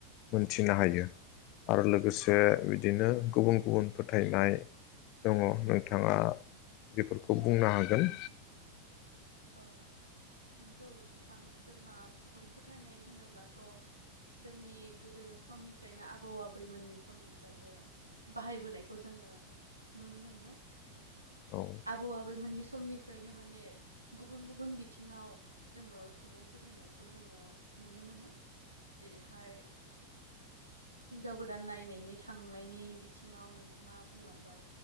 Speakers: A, on the left; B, on the right.
A: मोनथिनो हायो। आरो
B: औ
A: लोगोसे बिदिनो गुबुन। गुबुन फोथायनाय। दङ नोंथाङा बेफोरखौ बुंनो हागोन।
B: औ, औ नंगौ नोंथां जोंहा सुबुं फोथायनाय होनोब्लाथ जोंनि गोदो समनिफ्रायनो आबौ आबैमोननि समनिफ्रायनो बाहायबोनायखौ जोङो नुनो मोनदों।
A: औ
B: आबौ आबै मोननि। समनिफ्रायनो माने। गुबुन गुबुन बिथिङाव जोङो सुबुं फोथायनायखौ जोङो नुनो मोनो जेरैहाय हिनजाव गोदान नायनायनि थांनायनि बिथिङाव नोंथाङा बुंलांबाय